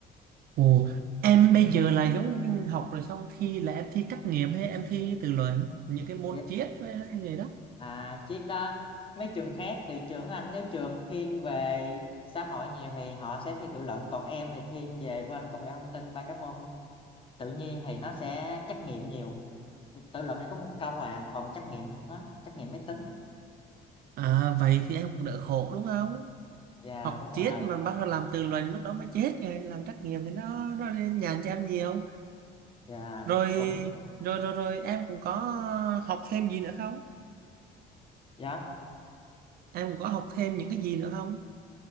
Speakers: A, on the right; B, on the left.
A: ồ em bây giờ là giống như học rồi xong thi là em thi trắc nghiệm hay em thi tự luận những cái môn
B: Dạ.
A: triết với như vậy đó
B: à chiếc đó mấy trường khác thì trường anh nếu trường thiên về xã hội nhiều thì họ sẽ thi tự luận còn em thì thiên về bên công nghệ thông tin ba cái môn tự nhiên thì nó sẽ trắc nghiệm nhiều tự luận này có một câu à còn trắc nghiệm hết trắc nghiệm máy tính
A: à vậy thì em cũng đỡ khổ đúng không
B: dạ
A: học
B: đúng rồi
A: triết mà bắt đầu làm tự luận lúc đó mới chết rồi làm trắc nghiệm thì nó nó nhàn cho em nhiều
B: dạ
A: rồi
B: cũng
A: rồi rồi rồi em cũng có học thêm gì nữa không
B: dạ
A: em cũng có học thêm những cái gì nữa không